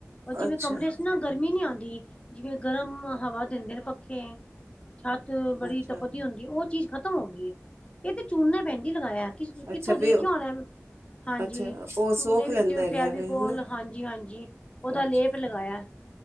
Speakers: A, on the left; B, on the right.
A: ਉਹ ਜਿਵੇਂ
B: ਅੱਛਾ
A: ਕਮਰੇ ਇਨਾ ਗਰਮੀ ਨੀ ਆਉਂਦੀ ਜਿਵੇਂ ਗਰਮ ਹਵਾ ਦਿੰਦੇ ਨੇ ਪੱਖੇ ਛੱਤ ਬੜੀ
B: ਅੱਛਾ
A: ਤਪਦੀ ਹੁੰਦੀ ਉਹ ਚੀਜ਼ ਖ਼ਤਮ ਹੋ ਗਈ ਏ ਇਹ ਤੇ ਚੂਨਾਂ ਭੈਣ ਜੀ ਲਗਾਇਆ ਕਿੱਥੋਂ
B: ਅੱਛਾ
A: ਦੇਖਿਆ
B: ਵੀ ਉਹ
A: ਹੋਨਾ ਹਾਂਜੀ
B: ਅੱਛਾ ਉਹ
A: ਚੂਨੇ
B: ਸੋਖ
A: ਵਿੱਚ
B: ਲੈਂਦਾ ਹੈਗਾ
A: ਫੈਵੀਕੋਲ
B: ਵੇ ਹਨਾ
A: ਹਾਂਜੀ ਹਾਂਜੀ ਉਹਦਾ
B: ਅੱਛਾ
A: ਲੇਪ ਲਗਾਇਆ